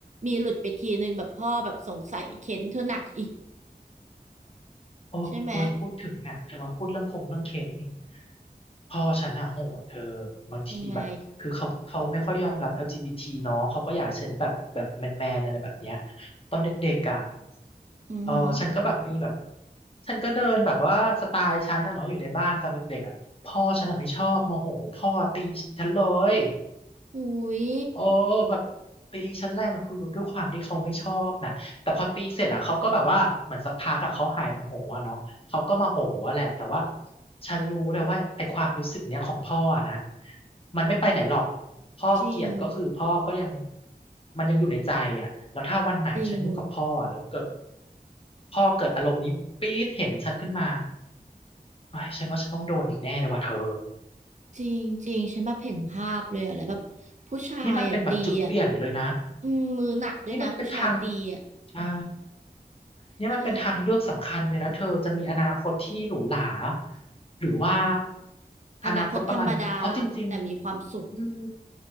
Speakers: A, on the right; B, on the left.
A: มีหลุดไปทีนึงแบบพ่อแบบสงสัยเค้นเธอหนักอีก
B: โอ้โอ้ยพูดถึงเนี่ยเธอมาพูดเรื่องคงเรื่องเค้นนี่
A: ใช่ไหม
B: พ่อฉันอะโหดเธอบางทีแบบคือเขาเขาไม่ค่อยยอมรับ
A: ยังไง
B: LGBT เนาะเขาก็อยากให้ฉันแบบแบบแมนแมนอะไรแบบเนี้ยตอนเด็กๆอะ
A: อือหือ
B: เออฉันก็แบบมีแบบฉันก็เดินแบบว่าสไตล์ฉันนะเนาะอยู่ในบ้านตอนเด็กๆอะพ่อฉันอะไม่ชอบโมโหพ่อตีฉันเลย
A: อุ้ย
B: โอ้แบบตีชั้นแรกนะคือด้วยความที่เขาไม่ชอบนะแต่พอตีเสร็จอ่ะเขาก็แบบว่าเหมือนสักพักอ่ะเขาหายโมโหอ่ะเนาะเขาก็มาโหอะแหละแต่ว่าฉันรู้เลยว่าไอ้ความรู้สึกเนี้ยของพ่ออะนะมันไม่ไปไหนหรอกพ่อเกลียดก็คือพ่อก็ยัง
A: จริง
B: มันยังอยู่ในใจอ่ะแล้วถ้าวันไหนฉันอยู่กับพ่ออะแล้วเกิด
A: จริง
B: พ่อเกิดอารมณ์นี้ปี๊ดเห็นฉันขึ้นมาไอ้ยฉันว่าฉันต้องโดนอีกแน่เลยว่ะเธอ
A: จริงจริงฉันแบบเห็นภาพเลยอะแล้วแบบผู้ชายอะตีอะ
B: นี่มันเป็นแบบจุดเปลี่ยนเลยนะ
A: อืมมือหนักด้วยนะผู้ชายตีอะ
B: นี่มันเป็นทางใช่ เนี่ยมันเป็นทางเลือกสำคัญเลยนะเธอจะมีอนาคตที่หรูหรา
A: ใช่
B: หรือว่า
A: อนาคตธรรมดา
B: อนาคตประมาณหนึ่งเพราะจริงๆอืม
A: แต่มีความสุข